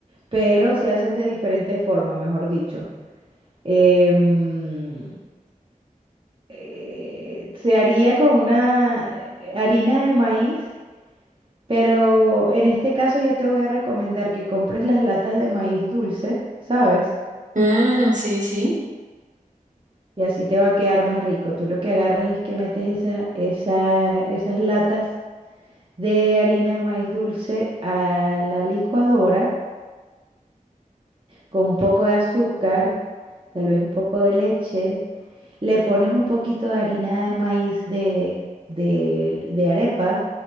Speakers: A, on the right; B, on the right.
A: pero se hacen de diferente forma, mejor dicho. Em, eh, se haría con una eh, harina de maíz, pero en este caso yo te voy a recomendar que compres las latas de maíz dulce, ¿sabes?
B: Mm, sí, sí.
A: Y así te va a quedar más rico. Tú lo que agarras es que metes esas, esa- esas latas. de harina de maíz dulce a la licuadora con un poco de azúcar, tal vez un poco de leche. Le pones un poquito de harina de maíz de, de, de arepas